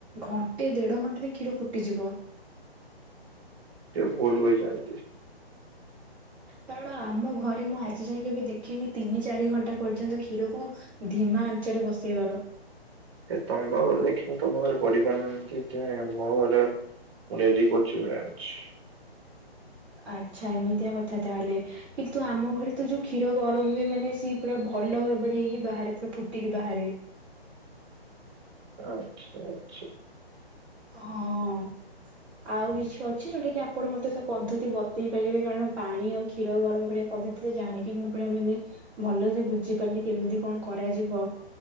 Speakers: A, in the centre; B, on the right.
A: ଘଣ୍ଟେ ଦେଢ ଘଣ୍ଟେ ରେ କ୍ଷୀର ଫୁଟିଯିବ।
B: ସେ ଭୁଲୁ କହିଛନ୍ତି।
A: କାରଣ ଆମ ଘରେ ମୁଁ ଆଜି ଯାଏଁ କେବେ ଦେଖିନି ତିନି ଚାରି ଘଣ୍ଟା ପର୍ଯ୍ୟନ୍ତ କ୍ଷୀରକୁ। ଧିମା ଆଞ୍ଚରେ ବସେଇବାର।
B: ଏ ତମ ଘରେ ଦେଖିବି ତମ ଘରେ ପଡିି ପାରୁନାହାନ୍ତି କି କିଛି ନାହିଁ ମୁଁ ରେଡିି କରୁଛି ମୁଁ ଜାଣଛି।
A: ଆଚ୍ଛା ଏମିତିଆ କଥା ତାହେଲେ। କିନ୍ତୁ ଆମ ଘରେ ତ ଯୋଉ କ୍ଷୀର ଗରମ୍ ହୁଏ ମାନେ ସିଏ ପୁରା ଭଲ ଭାବରେ ହେଇକି ବାହାରେ ପୁରା ଫୁଟିକି ବାହାରେ।
B: ଆଚ୍ଛା ଆଚ୍ଛା।
A: ହଁ। ଆଉ କିଛି ଅଛି ଯୋଉଟା କି ଆପଣ ମତେ ତା ପଦ୍ଧତି ବତେଇ ପାରିବେ କାରଣ ପାଣି ଆଉ କ୍ଷୀର ଗରମ କରିବା ପଦ୍ଧତି ଜାଣିକି ମୁଁ ପରା ମାନେ ଭଲ ସେ ବୁଝିପାରିଲି କେମିତି କଣ କରାଯିବ।